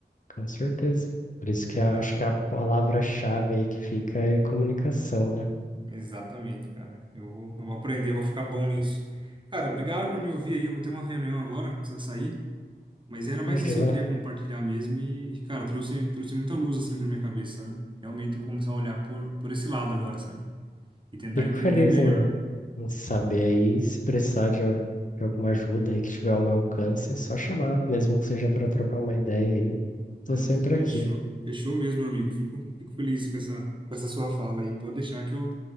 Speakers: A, on the left; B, on the right.
A: Com certeza. Por isso
B: Verdade.
A: que a- acho que a palavra-chave aí que fica é comunicação, né?
B: Exatamente, cara. Eu vou, eu vou aprender, vou ficar bom nisso. Cara, obrigado por me ouvir aí. Eu vou ter uma reunião agora, precisa sair. Mas era mais
A: Imagina,
B: isso que eu queria compartilhar mesmo e, cara, trouxe, trouxe muita luz assim pra minha cabeça, sabe? Realmente eu vou começar a olhar por, por esse lado agora, sabe? E tentar
A: fico
B: entender
A: feliz
B: melhor.
A: em, em saber aí, se precisar de, al- de alguma ajuda aí que tiver ao meu alcance, é só chamar, mesmo que seja para trocar uma ideia aí.
B: Não,
A: Tô sempre
B: fechou.
A: aqui,
B: Fechou mesmo, meu amigo. Fico, fico feliz com essa, com essa sua fala aí. Pode deixar que eu,